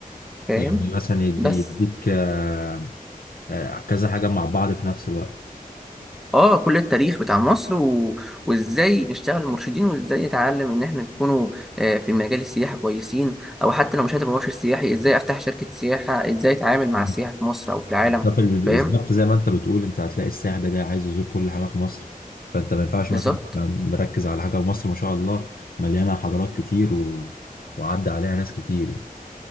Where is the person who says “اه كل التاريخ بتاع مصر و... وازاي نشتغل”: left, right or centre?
Centre